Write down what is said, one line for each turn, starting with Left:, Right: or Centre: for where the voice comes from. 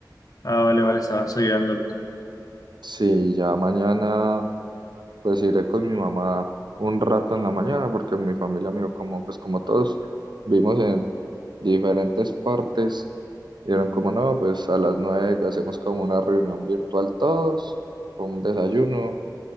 Left: Ah, vale, vale, estabas ayudándoles.
Right: Sí, ya mañana. pues iré con mi mamá un rato en la mañana porque mi familia me como pues como todos vimos en diferentes partes dieron como no pues a las nueve que hacemos como una reunión virtual todos con un desayuno